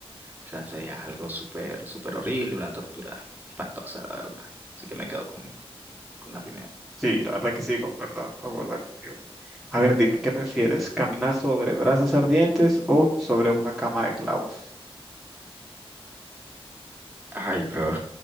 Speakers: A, on the right; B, in the centre.
A: O sea, sería algo súper, súper horrible, una tortura espantosa, la verdad. Así que me quedo con, con la primera.
B: Sí, la verdad que sí, concuerdo, concuerdo contigo. A ver, dime, ¿qué prefieres? ¿Caminar sobre brasas ardientes o sobre una cama de clavos?
A: Ay, bro.